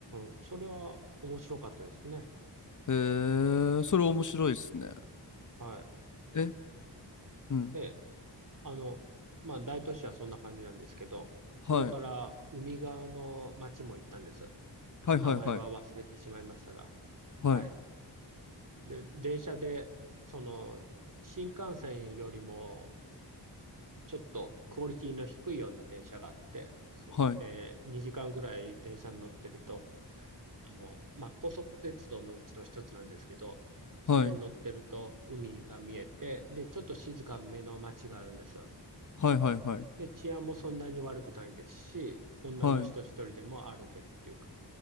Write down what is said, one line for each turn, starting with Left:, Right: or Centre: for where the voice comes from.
Right: うん。それは面白かったですね。
Left: へえ、それ面白いですね。
Right: はい。
Left: え、
Right: で、
Left: うん。
Right: えあの、まあ、大都市はそんな感じなんですけど、
Left: はい。
Right: それから海側の町も行ったんです。
Left: はいはいはい。
Right: 名前は忘れてしまいましたが。
Left: はい。
Right: はい。で、電車で、その、新幹線よりも、ちょっとクオリティの低いような電車があって、そえー、
Left: はい。
Right: 2時間ぐらい電車に乗ってると、あの、まあ、高速鉄道のうちの一つなんですけど、
Left: はい。
Right: それに乗ってると海が見えて、で、ちょっと静かめの町があるんです。
Left: はいはいはい。
Right: で、治安もそんなに悪くないですし、女の人一人でも歩けるっていうか、
Left: はい。